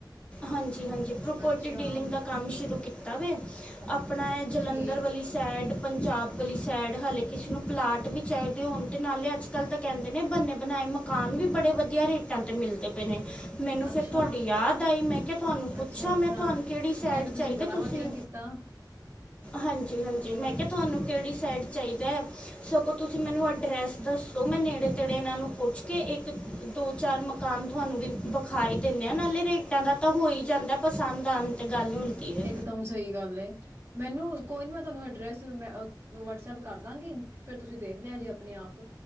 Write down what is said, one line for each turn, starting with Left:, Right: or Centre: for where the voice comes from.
Left: ਹਾਂਜੀ ਹਾਂਜੀ ਪ੍ਰੋਪਰਟੀ
Right: ਅੱਛਾ
Left: ਡੀਲਿੰਗ ਦਾ ਕੰਮ ਸ਼ੁਰੂ ਕੀਤਾ ਤਵੇ ਆਪਣਾ ਹੈ ਜਲੰਧਰ
Right: ਠੀਕ
Left: ਵਾਲੀ ਸਾਈਡ ਪੰਜਾਬ ਵਾਲੀ ਸ਼ਾਇਡ ਹਾਲੇ ਕਿਸੇ ਨੂੰ ਪਲਾਟ ਵੀ ਚਾਹੀਦੇ ਹੁੰਦੇ ਤੇ ਨਾਲੇ ਅੱਜ ਕੱਲ੍ਹ ਤਾਂ ਕਹਿੰਦੇ ਨੇ <unintelligible> ਬਨਾਏ ਮਕਾਨ ਵੀ ਬੜੇ ਵਧ ਵਧੀਆ ਰੇਟਾਂ ਤੇ ਮਿਲਦੇ ਪਏ ਨੇ। ਮੈਨੂੰ ਫੇਰ
Right: ਅੱਛਾ
Left: ਤੁਆਡੀ ਯਾਦ ਆਈ, ਮੈਂ ਕਿਆ ਤੁਆਨੂੰ ਪੁੱਛਾਂ
Right: ਅੱਛਾ-ਅੱਛਾ,
Left: ਮੈਂ ਤੁਆਨੂੰ ਕੇੜੀ ਸਾਈਡ
Right: ਇਹ ਤੇ
Left: ਚਾਹੀਦਾ?
Right: ਬੜਾ
Left: ਤੁਸੀਂ
Right: ਵਧੀਆ ਕੀਤਾ
Left: ਹਾਂਜੀ ਹਾਂਜੀ
Right: ਹੋਰ
Left: ਮੈਂ ਕਿਹਾ ਤੁਹਾਨੂੰ ਕਿਹੜੀ ਸਾਈਡ ਚਾਹੀਦੈ ਸਗੋਂ ਤੁਸੀਂ ਮੈਨੂੰ ਐਡਰੈਸ ਦੱਸੋ ਮੈਂ ਨੇੜੇ ਤੇੜੇ ਇਹਨਾਂ ਨੂੰ ਪੁੱਛ ਕੇ ਇੱਕ ਦੋ-ਚਾਰ ਮਕਾਨ ਤੁਹਾਨੂੰ ਵੀ ਵਖਾਏ। ਦਿੰਦੇ ਆਂ, ਨਾਲੇ ਰੇਟਾਂ ਦਾ ਤਾਂ ਹੋ ਈ ਜਾਂਦਾ। ਪਸੰਦ ਆਨ ਤੇ ਗੱਲ ਹੁੰਦੀ ਏ।
Right: ਇਕਦਮ ਸਹੀ ਗੱਲ ਏ। ਮੈਨੂੰ ਕੋਈ ਨੀ ਮੈਂ ਤੁਹਾਨੂੰ ਐਡਰੈਸ ਮੈਂ ਅ ਵਟਸਪ ਕਰ ਦਾਂਗੀ ਫੇਰ ਤੁਸੀਂ ਦੇਖ ਲਿਆ ਜੇ ਆਪਨੇ ਆਪ।